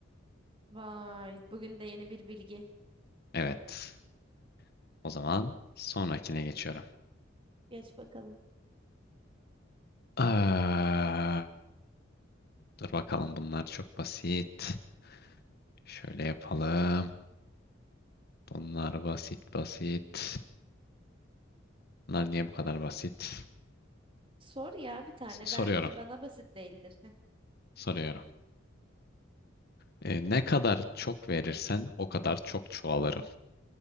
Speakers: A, on the right; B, on the left.
A: vay. Bugün de yeni bir bilgi.
B: Evet. O zaman sonrakine geçiyorum.
A: Geç bakalım.
B: Eee, dur bakalım bunlar çok basit. Şöyle yapalım. Bunlar basit basit. Bunlar niye bu kadar basit?
A: Sor ya bir tane.
B: S- Soruyorum.
A: Ben ki bana basit değildir. Heh.
B: Soruyorum. E, ne kadar çok verirsen o kadar çok çoğalırım.